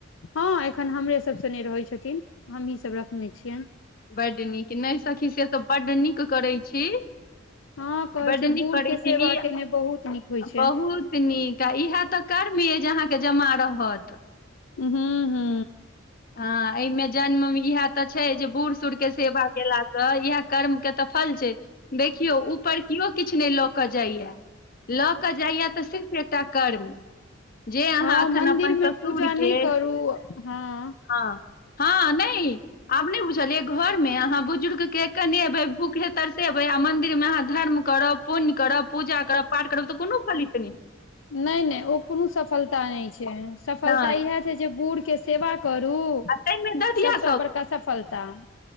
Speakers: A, on the left (about 70°); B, on the left (about 45°).
A: हँ एखन हमरे सभसँ नय रहैत छथिन हमही सभ रखने छियनि
B: बड्ड नीक नय सखी से तऽ बड्ड नीक करैत छी,
A: हँ कहै
B: बड्ड
A: छै
B: नीक
A: बूढ़
B: करै
A: के
B: छी
A: सेवा
B: ई
A: केने बहुत नीक होइ छै,
B: बहुत नीक आ इह तऽ कर्म अ जे अहाँके जमा रहत
A: हू हू
B: हँ एहिमे जन्म इएह तऽ छै जे बूढ़ सूढ़ के सेवा केला तऽ इएह कर्म के तऽ फल छै देखियो ऊपर केो किछु नय लऽ क जाइया लऽ के जाइया तऽ सिर्फ एकटा कर्म जे अहाँ
A: हँ
B: एखन
A: मन्दिर
B: अपन
A: मे
B: ससुर
A: पूजा
B: के
A: नहि करू हँ
B: हँ हँ नय आब नय बुझलियै घरमे अहाँ बुजुर्ग के केने अयबै भूखे तरसँबै आ मन्दिर मे अहाँ धर्म करब पुण्य करब पूजा करब पाठ करब तऽ कोनो फलित नय
A: नय नय ओ कोनो सफलता नय छै सफलता
B: नहि
A: इएह जे बूढ़ के सेवा करू
B: आ ताहिमे ददिया
A: सबस बड़का सफलता